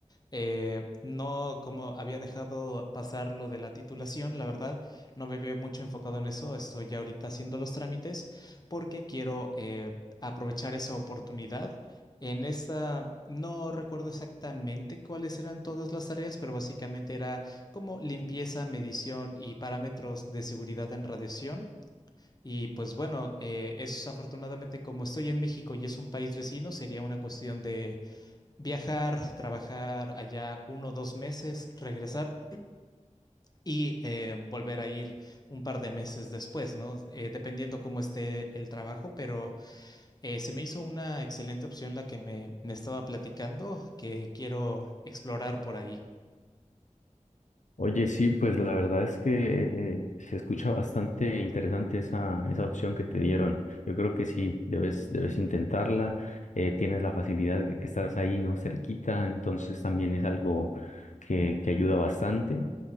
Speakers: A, on the left; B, on the left.
A: Eh, no, como había dejado pasar lo de la titulación, la verdad, no me veo mucho enfocado en eso. Estoy ya ahorita haciendo los trámites porque quiero eh, aprovechar esa oportunidad. En esta, no recuerdo exactamente cuáles eran todas las tareas, pero básicamente era como limpieza, medición y parámetros de seguridad en radiación. Y pues bueno, eh, es afortunadamente como estoy en México y es un país vecino, sería una cuestión de viajar, trabajar allá uno o dos meses, regresar y eh, volver a ir un par de meses después, ¿no? Eh, dependiendo cómo esté el trabajo, pero eh, se me hizo una excelente opción la que me, me estaba platicando que quiero explorar por ahí.
B: Oye, sí, pues la verdad es que eh, eh, se escucha bastante interesante esa, esa opción que te dieron. Yo creo que sí, debes, debes intentarla. eh, tienes la facilidad de que estás ahí, ¿no? Cerquita, entonces también es algo que, que ayuda bastante.